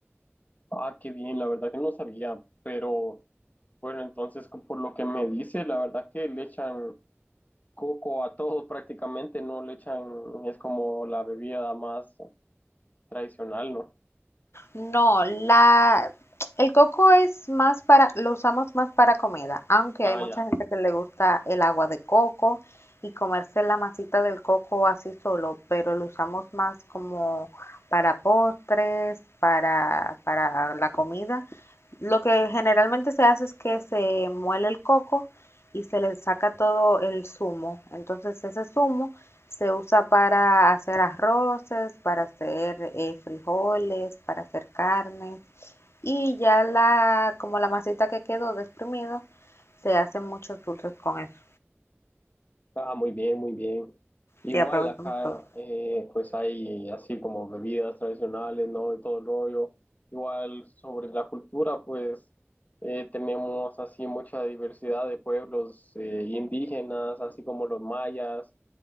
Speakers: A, on the left (about 35°); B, on the left (about 65°).
A: Ah, qué bien, la verdad que no sabía, pero bueno, entonces por lo que me dice, la verdad que le echan... coco a todo prácticamente, no le echan, es como la bebida más tradicional, ¿no?
B: No, la, el coco es más para, lo usamos más para comida, aunque
A: Ah,
B: hay mucha
A: ya.
B: gente que le gusta el agua de coco y comerse la masita del coco así solo, pero lo usamos más como para postres, para, para la comida Lo que generalmente se hace es que se muele el coco y se le saca todo el zumo. Entonces ese zumo se usa para hacer arroces, para hacer eh, frijoles, para hacer carnes. Y ya la, como la masita que quedó de exprimido, se hacen muchos dulces con eso.
A: Ah, muy bien, muy bien. Igual
B: Sí, aprovechamos
A: acá,
B: todo.
A: eh, pues hay así como bebidas tradicionales, ¿no? Y todo el rollo. Igual sobre la cultura, pues eh, tenemos así mucha diversidad de pueblos eh, indígenas, así como los mayas,